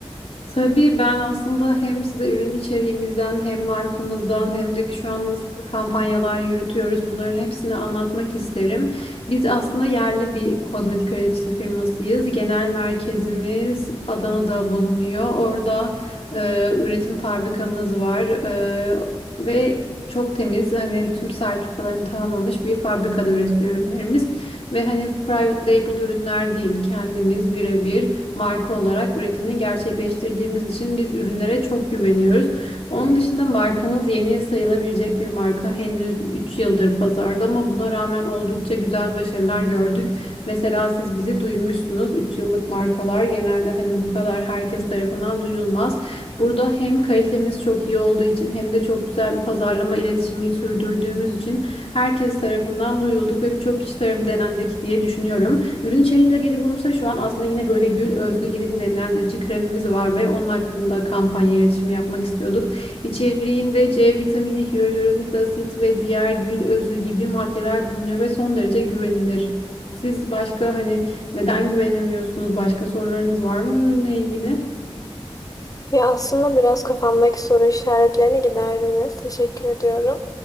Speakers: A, on the left (about 70°); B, on the left (about 35°).
A: Tabii ben aslında hem size ürün içeriğimizden hem markamızdan hem de şu an nasıl kampanyalar yürütüyoruz bunların hepsini anlatmak isterim. Biz aslında yerli bir kozmetik üreticisi firmasıyız. Genel merkezimiz Adana'da bulunuyor. Orada e, üretim fabrikamız var E, ve çok temiz hani tüm sertifikalarını tamamlamış bir fabrikada üretiliyor ürünlerimiz. Ve hani private label ürünler değil kendimiz birebir marka olarak üretimini gerçekleştirdiğimiz için biz ürünlere çok güveniyoruz. Onun dışında markamız yeni sayılabilecek bir marka. Henüz 3 yıldır pazarda ama buna rağmen oldukça güzel başarılar gördük. Mesela siz bizi duymuşsunuz. 3 yıllık markalar genelde hani bu kadar herkes tarafından duyulmaz. Burada hem kalitemiz çok iyi olduğu için hem de çok güzel bir pazarlama iletişimi sürdürdüğümüz için herkes tarafından duyulduk ve birçok kişi tarafından denendik diye düşünüyorum. Ürün içeriğimize gelecek olursa şu an aslında yine böyle gül özlü yeni bir nemlendirici kremimiz var ve onun hakkında kampanya iletişimi yapmak istiyorduk. İçeriğinde C vitamini, hyaluronik asit ve diğer gül özlü gibi maddeler bulunuyor ve son derece güvenilir. Siz başka hani neden güvenemiyorsunuz? Başka sorularınız var mı ürünle ilgili?
B: Ya aslında biraz kafamdaki soru işaretlerini giderdiniz. Teşekkür ediyorum.